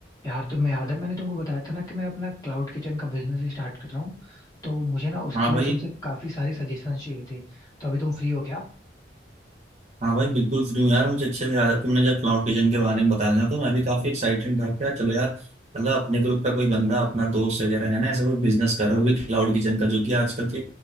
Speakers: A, on the left (about 20°); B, on the right (about 35°).
A: यार तुम्हें याद है मैंने तुमको बताया था ना कि मैं अपना क्लाउड किचन का बिजनेस स्टार्ट कर रहा हूँ तो मुझे ना उसके
B: हाँ
A: लिए
B: भाई
A: तुमसे काफी सारी सजेशन चाहिए थे तो अभी तुम फ्री हो क्या
B: हाँ भाई बिल्कुल फ्री हूँ यार मुझे अच्छे से याद है तुमने जब क्लाउड किचन के बारे में बताया तो मैं भी काफी एक्साइटेड था क्या चलो यार मतलब अपने ग्रुप का कोई बंदा अपना दोस्त वगैरह है ना ऐसा कोई बिजनेस कर रहा है वो भी क्लाउड किचन का जो कि आजकल के